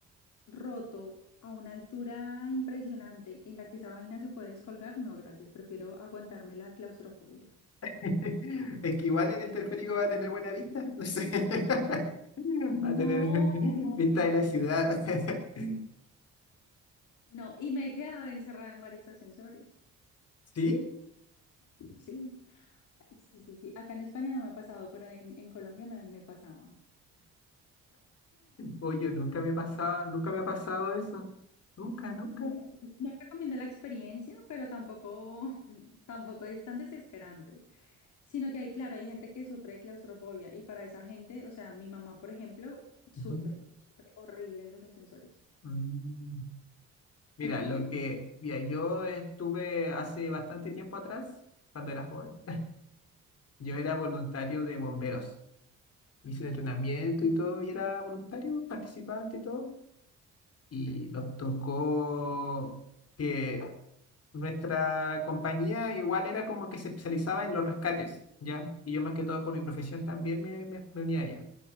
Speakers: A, on the left (about 70°); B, on the left (about 55°).
A: roto a una altura impresionante en la que esa vaina se puede descolgar, no, gracias, prefiero aguantarme la claustrofobia.
B: <laughs> Es que igual en el teleférico va a tener buena vista, no sé. <laughs>
A: No,
B: Va a tener <laughs> vista
A: me muero.
B: de la ciudad. <laughs>
A: No, y me he quedado encerrada en varios ascensores.
B: ¿Sí?
A: Sí, sí, sí, sí. Acá en España no me ha pasado, pero en, en Colombia me, me pasaba.
B: o yo nunca me pasaba, nunca me ha pasado eso. Nunca, nunca.
A: No, no recomiendo la experiencia, pero tampoco, <laughs> tampoco es tan desesperante, sino que hay, claro, hay gente que sufre de claustrofobia y para esa gente, o sea, mi mamá, por ejemplo, sufre,
B: Ujú.
A: sufre horrible en los ascensores.
B: Mm. Mira,
A: <gasps>
B: lo que, mira, yo estuve hace bastante tiempo atrás, cuando era joven, yo era voluntario de bomberos. Hice el entrenamiento y todo, y era voluntario, participante y todo. Y nos tocó que nuestra compañía igual era como que se especializaba en los rescates, ¿ya? Y yo más que todo por mi profesión también me, me, me unía a ella.